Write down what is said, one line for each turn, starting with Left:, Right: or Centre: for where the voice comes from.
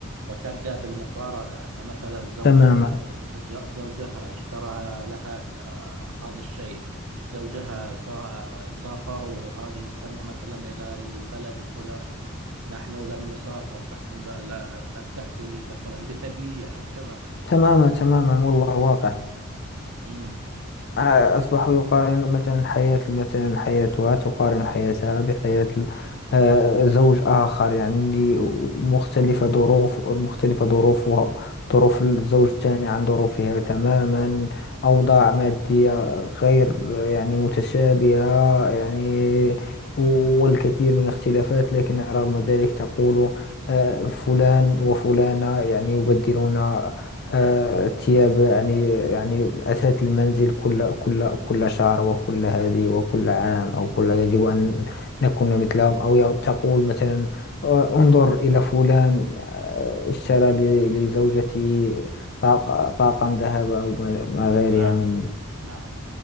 Right: وتبدأ بالمقارنة أن مثلا زوجها
Left: تماما
Right: ج- زوجها اشترى لها آه، هذا الشيء زوجها سا- سافروا هذه السنة مثلا إلى البلد الفلاني نحن لم نسافر نحن لا لا لم تأتي لي مثلا بهدية أو كذا
Left: تماما
Right: م-
Left: تماما والله واقع
Right: مم.
Left: ع- أصبحوا يقارن مثلا حياة مثلا حياتها تقارن حياتها بحياة آه، زوج آخر يعني لي- مختلفة ظروف مختلفة ظروفها ظروف الزوج الثاني عن ظروفها تماما أوضاع مادية غير يعني متشابهة يعني والكثير من الاختلافات لكن رغم ذلك تقول آه، فلان وفلانة يعني يبدلون آه، الثياب يعني يعني أثاث المنزل كل كل كل شهر وكل هذه وكل عام أو كل يجب أن نكون مثلهم أو ي- تقول مثلا آه، انظر إلى فلان آه، اشترى ل- لزوجته طاق- طاقم ذهب أو ما ما غيرها
Right: نعم
Left: من
Right: نعم